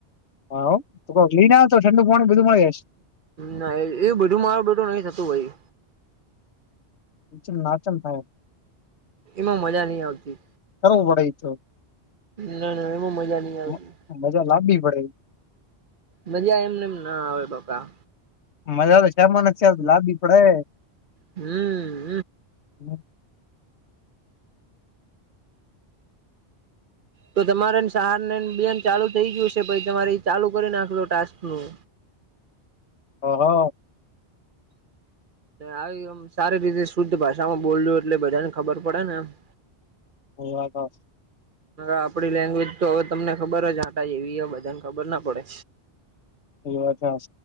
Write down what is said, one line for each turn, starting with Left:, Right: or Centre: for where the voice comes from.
Left: હા ઑ કોક લઈ ના તો ઠંડુ પાણી બધું મળી જશે
Right: ના એજ એવું બધું મારું બટું નહી થતું ભાઈ
Left: નીચ નાચન થાય
Right: એમાં મજા નઈ આવતી
Left: કરવું પડે ઈ તો
Right: ન ન એમાં મજા નઈ આવતી
Left: મ- મજા લાવવી પડે
Right: મજા એમને એમ ન આવે પપ્પા
Left: મજા તો શમાન છેાર લાભી પડે
Right: હમ્મ
Left: <unintelligible>
Right: તો તમારેને સહાર ને બેન ચાલુ થઈ ગયું છે પહિ તમારે ચાલુ કરી નાખજો ટાસ્ક નું
Left: હહ.
Right: આવીમ સારી રીતે શુદ્ધ ભાષામાં બોલું એટલે બધા ને ખબર પડે ને એમ
Left: એ વા તો
Right: આપડી લેંગ્વેજ તો હવે તમને ખબર જ આટા એવી હો બધાને ખબર ના પડે
Left: એ વાત હા